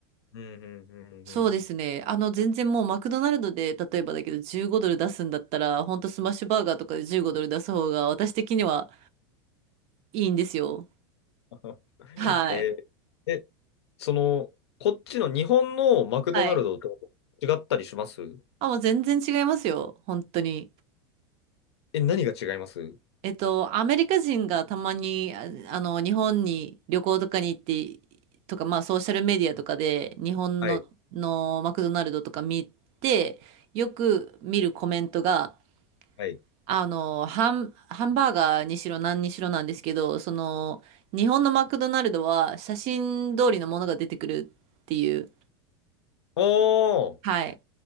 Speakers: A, on the left; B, on the right.
A: うん、うん、うん。うん
B: そうですね。あの、全然もうマクドナルドで、例えばだけど15ドル出すんだったら、ほんとスマッシュバーガーとかで15ドル出す方が私的にはいいんですよ。
A: <laughs>
B: はい。
A: えーえ、その、こっちの日本のマクドナルドと違ったりします
B: はい。あ、もう全然違いますよ。本当に。
A: え、何が違います
B: えっと、アメリカ人がたまに、ああの、日本に旅行とかに行って、とか、まあ、ソーシャルメディアとかで、日本の、
A: はい。
B: のマクドナルドとか見て、よく見るコメントが、
A: はい。
B: あの、ハン、ハンバーガーにしろ何にしろなんですけど、その、日本のマクドナルドは写真通りのものが出てくるっていう。
A: おー、
B: はい。